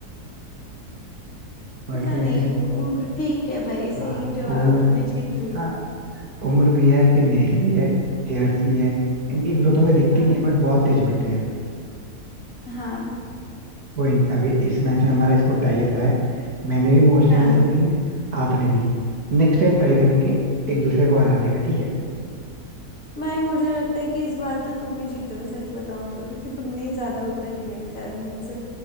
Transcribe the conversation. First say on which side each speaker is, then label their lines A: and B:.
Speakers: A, on the right; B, on the left.
A: ऑल्टरनेटिव
B: पता नहीं
A: में
B: उम्र ठीक है भाई
A: हाँ
B: सही जवाब
A: उम्र
B: है मैं जीत रही हूँ
A: हाँ उम्र भी है फिर नेल भी है हेयर्स भी है इनकी ग्रोथ हमें दिखती
B: हाँ
A: नहीं है बट बहुत तेज बढ़ते हैं
B: हाँ
A: कोई नहीं अभी इस मैच में हमारा स्कोर टाई अप रहा है मैंने भी मोस्टली
B: हाँ
A: आंसर दिए हैं आपने भी नेक्स्ट टाइम ट्राई करेंगे एक दूसरे को हराने का ठीक है
B: भाई मुझे लगता है कि इस बार तो तुम ही जीते हो सच बताऊं तो क्योंकि तुमने ही ज्यादा उत्तर दिए हैं शायद मुझसे